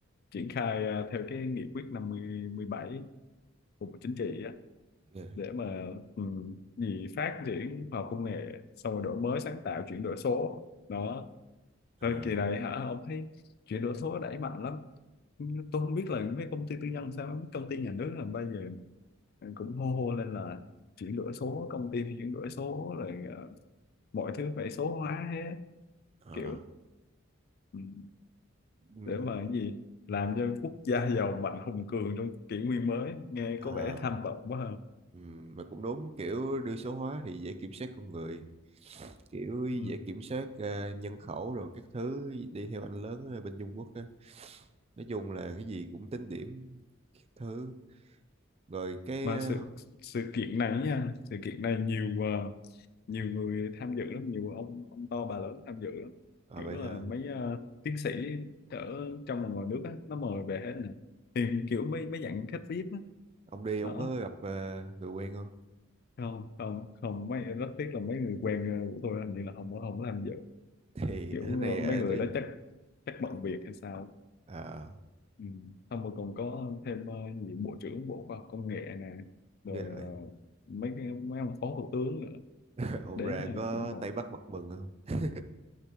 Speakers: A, on the left; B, on the right.
A: triển khai à, theo cái nghị quyết năm mươi mười bảy của Bộ Chính trị á
B: yeah.
A: để mà um, gì phát triển khoa học công nghệ xong rồi đổi mới sáng tạo chuyển đổi số đó
B: ờ
A: rồi kỳ này hả ông thấy chuyển đổi số đẩy mạnh lắm tôi không biết là mấy công ty tư nhân sao mấy công ty nhà nước là bây giờ cũng hô hô lên là chuyển đổi số công ty thì chuyển đổi số rồi ờ, mọi thứ phải số hóa hết
B: ờ
A: kiểu ừ,
B: ừ
A: để mà cái gì làm cho quốc gia giàu mạnh hùng cường trong kỷ nguyên mới nghe
B: ờ
A: có vẻ tham vọng quá ha
B: ừ mà cũng đúng kiểu đưa số hóa thì dễ kiểm soát con người kiểu
A: Ừ.
B: dễ kiểm soát ờ, nhân khẩu rồi các thứ đi theo anh lớn ở bên Trung Quốc nói chung là cái gì cũng tính điểm các thứ rồi cái
A: mà
B: ờ,
A: sự sự kiện này nha sự kiện này nhiều ờ, nhiều người tham dự lắm nhiều ông ông to bà lớn tham dự lắm
B: à
A: kiểu
B: vậy hả
A: là mấy ờ, tiến sĩ ở trong và ngoài nước á nó mời về hết nè thì kiểu mấy mấy dạng khách VIP á
B: ông đi ông
A: đó
B: có gặp ờ, người quen không
A: không không không mấy rất tiếc là mấy người quen ờ, của tôi hình như là không có- không có tham dự
B: <laughs> thì
A: kiểu
B: cái này
A: ờ,
B: ờ,
A: mấy người
B: tôi
A: đó chắc chắc
B: à
A: bận việc hay sao
B: à,
A: ừ. xong rồi còn có thêm ờ, gì bộ trưởng bộ khoa học công nghệ nè rồi
B: ghê
A: ờ,
B: vậy
A: mấy cái mấy ông phó thủ tướng nữa
B: <laughs> ông
A: đến
B: ra
A: là
B: có
A: ủng hộ
B: Tây Bắc mặt mừng không <laughs>